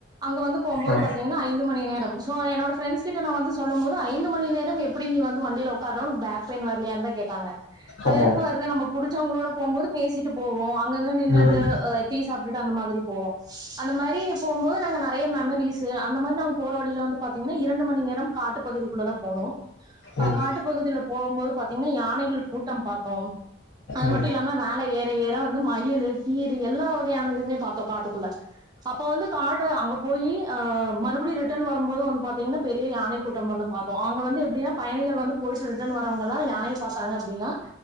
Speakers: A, on the right; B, on the left.
A: அங்க வந்து போம்போது
B: ஆ
A: பாத்தீங்கன்னா ஐந்து மணி நேரம் சோ என்னோட ஃப்ரெண்ட்ஸ் கிட்ட நா வந்து சொல்லும் போது ஐந்து மணி நேரம் எப் பிடி நீ வந்து வண்டில உட்கார உனக்கு பேக் பெயின் வரலயான்னுதா கேட்டாங்க அது
B: ஆமா
A: எதுக்கு வருது நம்ம புடிச்சவங்களோட போம்போது பேசிட்டு போவோ அங்கங்க நின்னுட்டு
B: ம்
A: அ டீ சாப்ட்டு அந்த மாதிரி போவோ அந்த மாறி போம்போது நாங்க நறைய மெமரிஸ்சு அந்த மாறி நாங்க போற வழியில வந்து பாத்தீங்கன்னா இரண்டு மணி நேரம் காட்டு பகுதிக்குள்ள தா போனோ இப்ப
B: ம் ம்
A: காட்டுப்பகுதியில போம் போது பாத்தீங்கன்னா யானைகள் கூட்டம் பாத்தோ அது
B: ம்
A: மட்டு
B: ம்
A: இல்லாம மேல ஏற ஏற வந்து மயிலு கீரி எல்லா வகையான இதுமே பாத்தோ காட்டுக்குள்ள அப்ப வந்து காடு அங்க போயி அ மறுபடியு ரிட்டன் வரம்போது வந்து பாத்தீங்கன்னா பெரிய யானை கூட்டம் வந்து பாத் ப்போ அங்க வந்து எப்டின்னா பயணிகள் வந்து போயிட்டு ரிட்டன் வரவங்கெல்லா யானைய பாத்தாங்க அப்டின்னா